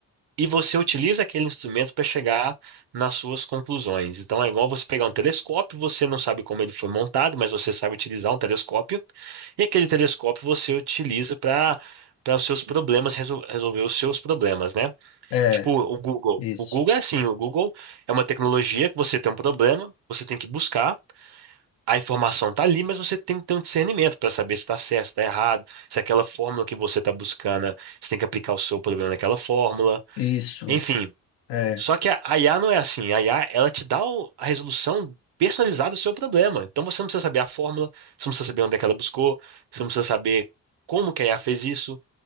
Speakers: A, on the right (about 65°); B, on the left (about 70°).
A: e você utiliza aquele instrumento para chegar nas suas conclusões. Então é igual você pegar um telescópio, você não sabe como ele foi montado, mas você sabe utilizar um telescópio, e aquele telescópio você utiliza para para os seus problemas, resol- resolver os seus problemas, né?
B: é,
A: Tipo, o Google.
B: isso,
A: O Google é assim, o Google é uma tecnologia que você tem um problema, você tem que buscar, a informação tá ali, mas você tem que ter um discernimento para saber se está certo, se está errado, se aquela fórmula que você está buscando, você tem que aplicar o seu problema naquela fórmula.
B: isso,
A: Enfim,
B: é,
A: só que a a IA não é assim. A IA, ela te dá o- a resolução personalizada do seu problema. Então você não precisa saber a fórmula, você não precisa saber onde é que ela buscou, você não precisa saber como que a IA fez isso.